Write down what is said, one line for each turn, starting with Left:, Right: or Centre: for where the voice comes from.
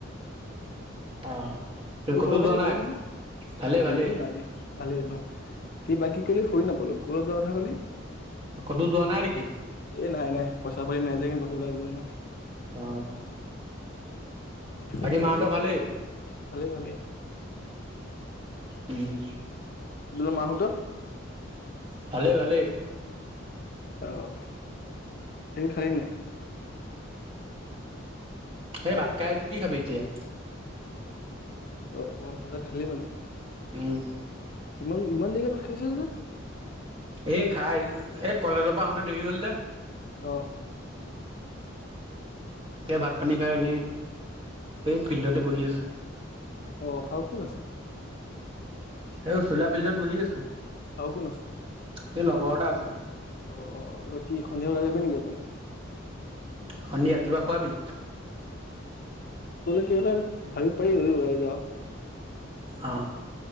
Right: অ',
Left: তোৰ
Right: ক'তো
Left: খবৰ খাতি
Right: যোৱা নাই
Left: ভালেই নহয়?
Right: ভালেই
Left: ফিললে
Right: ভালেই
Left: নাই যোৱা ভালেই ন, কি? বাকী কলে শুনি নাপালো। ককুৰত <unintelligible> যোৱা কথা কলি
Right: ক'তো যোৱা নাই নেকি
Left: এই', নাই, নাই পইচা পাতি নাই। উম', ক'তো ওলাই যোৱা নাই।
Right: অ। বাকী
Left: পইচা
Right: মা
Left: পাতি
Right: হ'ত ভালেই?
Left: ভালেই ভালেই।
Right: উম। <unintelligible>
Left: তোত মাহত
Right: ভালেই
Left: সেই ভেই
Right: ভালেই
Left: <unintelligible> আহ', ভাত খালী নাই?
Right: এই ভাত খাই আহিছো, কি খাবি এতিয়া? <inaudible>
Left: অ, অ', ভাত সাজ খালি মানে?
Right: উম।
Left: ইমান, ইমান দেৰিকে খাইছে যে?
Right: এই, খাই এই, কলেজৰ পৰা আহোতে দেৰি হ'ল যে।
Left: অ
Right: এ ভাত পানী খাই এনেই। এই ফিল্ডতে বহি আছো।
Left: অহ আৰু কোন আছে?
Right: এও চোলা ফিল্ডত বহি আছো।
Left: আৰু কোন আছে
Right: সেই লগৰ এটা আছে।
Left: অ অ কি সন্ধিয়া ওলাই যাবি নেকি এপাক?
Right: সন্ধিয়া কিবা খোৱাবি?
Left: কেলে ভাবি পায়ও ওলাই যাও?
Right: অ